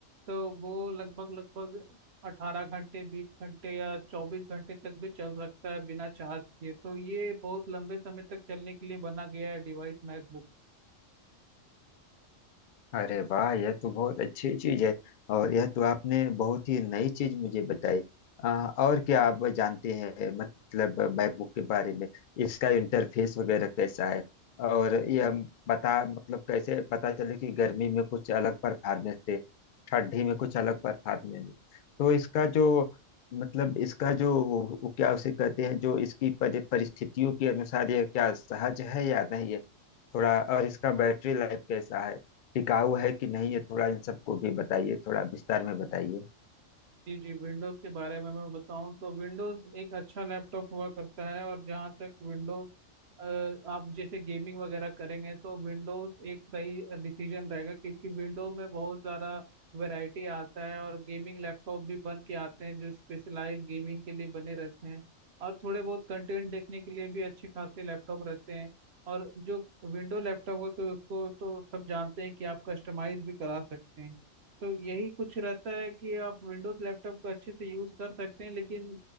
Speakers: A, on the right (about 60°); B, on the left (about 70°).
A: तो वो लगभग लगभग अठारह घंटे बीस घंटे या चौबीस घंटे तक भी चल सकता है बिना चार्ज किए तो ये बहुत लंबे समय तक चलने के लिए बना गया है डिवाइस मैकबुक
B: अरे वाह यह तो बहुत अच्छी चीज है और यह तो आपने बहुत ही नई चीज मुझे बताई आ, और क्या आप जानते हैं मतलब मैकबुक के बारे में इसका इंटरफेस वगैरह कैसा है और यह बता मतलब कैसे पता चले कि गर्मी में कुछ अलग परफॉर्मेंस दे ठंडी में कुछ अलग परफॉर्मेंस दे तो इसका जो मतलब इसका जो वो क्या उसे कहते हैं जो इसकी परि- परिस्थितियों के अनुसार यह क्या सहज है या नहीं है थोड़ा और इसका बैटरी लाइफ कैसा है टिकाऊ है कि नहीं ये थोड़ा इन सबको भी बताइए थोड़ा विस्तार में बताइए
A: जी जी विंडोज के बारे में मैं बताऊं तो विंडोज एक अच्छा लैपटॉप हुआ करता है और जहाँ तक विंडोज अ, आप जैसे गेमिंग वगैरह करेंगे तो विंडोज एक सही डिसीजन रहेगा क्योंकि विंडो में बहुत ज़्यादा वैरायटी आता है और गेमिंग लैपटॉप भी बन के आते हैं जो स्पेशलाइज गेमिंग के लिए बने रहते हैं और थोड़े बहुत कंटेंट देखने के लिए भी अच्छे खासे लैपटॉप रहते हैं और जो विंडो लैपटॉप हो तो उसको तो सब जानते हैं कि आप कस्टमाइज भी करा सकते हैं तो यही कुछ रहता है कि आप विंडोज लैपटॉप को अच्छे से यूज़ कर सकते हैं लेकिन